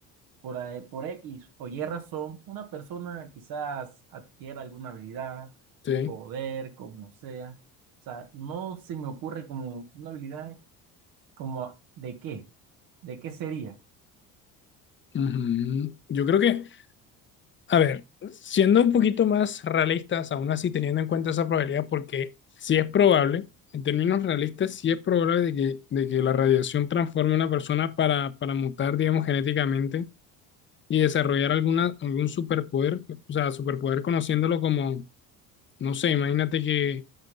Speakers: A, on the right; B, on the left.
A: por, a- por X o Y razón, una persona quizás adquiera alguna habilidad,
B: Sí.
A: poder, como sea. O sea, no se me ocurre como una habilidad como de qué, de qué sería.
B: Ujú. Yo creo que A ver, siendo un poquito más realistas, aún así teniendo en cuenta esa probabilidad, porque sí es probable, en términos realistas, sí es probable de que, de que la radiación transforme a una persona para, para mutar, digamos, genéticamente y desarrollar alguna, algún superpoder, o sea, superpoder conociéndolo como, no sé, imagínate que